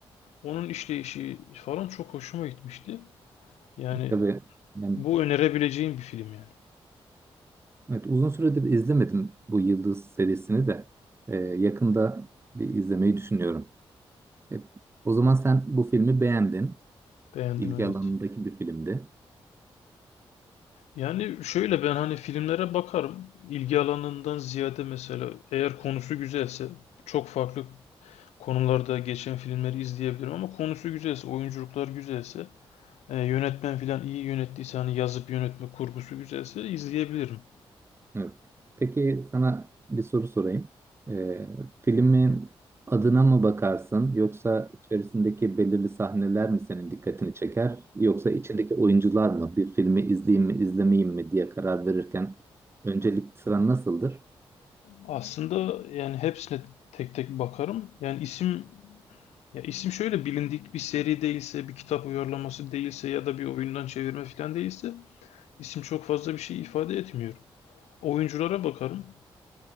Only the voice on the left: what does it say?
Onun işleyişi falan çok hoşuma gitmişti. Yani
bu önerebileceğim bir film yani.
Beğendim
evet.
Yani şöyle ben hani filmlere bakarım. İlgi alanından ziyade mesela eğer konusu güzelse çok farklı konularda geçen filmleri izleyebilirim ama konusu güzelse, oyunculuklar güzelse, e, yönetmen filan iyi yönettiyse hani yazıp yönetme kurgusu güzelse izleyebilirim.
Aslında yani hepsine tek tek bakarım. Yani isim ya isim şöyle bilindik bir seri değilse, bir kitap uyarlaması değilse ya da bir oyundan çevirme filan değilse isim çok fazla bir şey ifade etmiyor. Oyunculara bakarım.